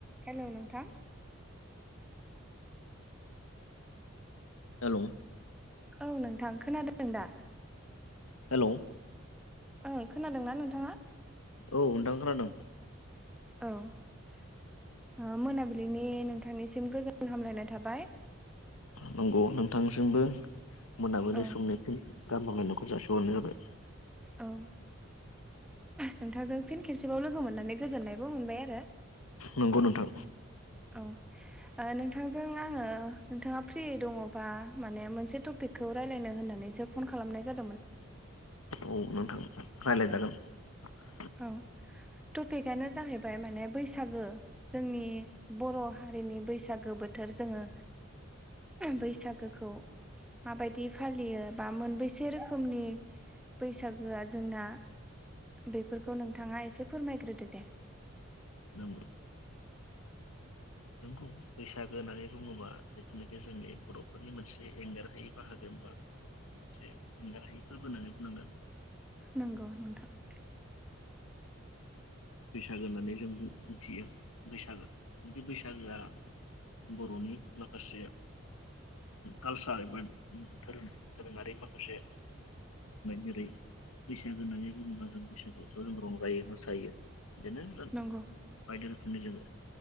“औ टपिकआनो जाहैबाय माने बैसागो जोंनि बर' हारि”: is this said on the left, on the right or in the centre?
Centre